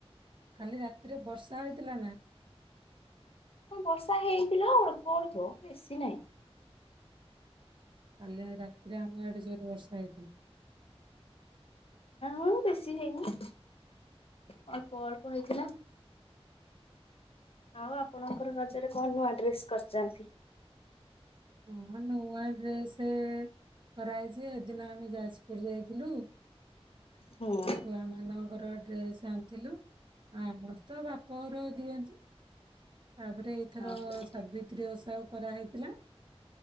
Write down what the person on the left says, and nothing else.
ବର୍ଷା ହେଇଥିଲା ଅଳ୍ପ ଅଳଥ ବେଶୀ ନହିଁ।
ମୁ ବେଶୀ ହେଇନି ଅଳପ ଅଳ୍ପ ହେଇଥିଲା। ଆଉ। ଆପଣଙ୍କର ନଜରେ କଣ ନୂଆ ଡ୍ରେସ୍ କରିଛନ୍ତି।
ହୁଁ ହଁ
ହଁ।